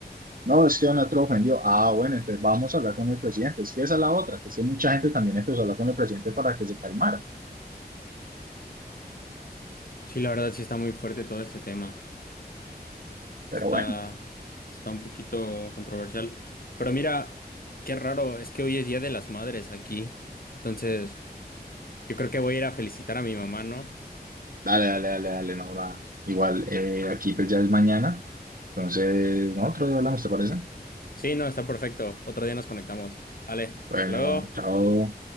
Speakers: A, on the right (about 55°); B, on the left (about 60°).
A: No, es que Donald Trump ofendió. Ah, bueno, entonces vamos a hablar con el presidente. Es que esa es la otra, que es que mucha gente también empezó a hablar con el presidente para que se calmara.
B: Sí, la verdad sí está muy fuerte todo este tema. Está,
A: Pero bueno,
B: está un poquito controversial. Pero mira, qué raro, es que hoy es Día de las Madres aquí. Entonces, yo creo que voy a ir a felicitar a mi mamá, ¿no?
A: dale, dale, dale, dale, no, va. Igual eh, aquí pues ya es mañana. Entonces, nosotros hablamos, ¿te parece?
B: Sí, no, está perfecto. Otro día nos conectamos. Vale,
A: Bueno,
B: hasta luego.
A: chao.